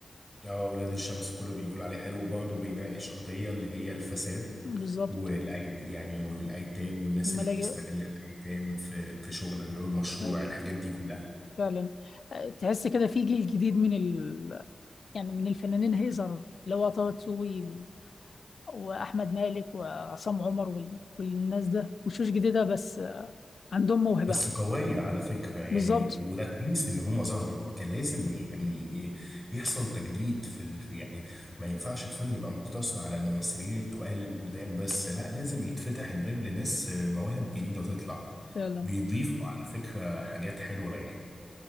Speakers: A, in the centre; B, on the left.
A: اه ولاد الشمس كله بيقول عليه حلو وبرضه بيناقش قضية اللي هي الفساد
B: بالظبط
A: والأيت يعني والأيتام والناس
B: وملاجئ
A: اللي بتستغل الأيتام في في شغل غير المشروع
B: أي،
A: الحاجات دي كلها
B: فعلا أه، تحس كده في جيل جديد من ال... يعني من الفنانين هيظهر اللي هو طه دسوقي و- واحمد مالك وعصام عمر وال... والناس ده وشوش جديده بس أه، عندهم موهبه
A: بس قوية على فكرة يعني
B: بالظبط
A: وده كويس إن هما ظهروا كان لازم يعني ي- يحصل تجديد في ال... يعني ما ينفعش الفن يبقى مقتصر على الممثلين التقال القدام بس لا لازم يتفتح الباب لناس مواهب جديدة تطلع
B: فعلا
A: بيضيفوا على فكرة حاجات حلوة يعني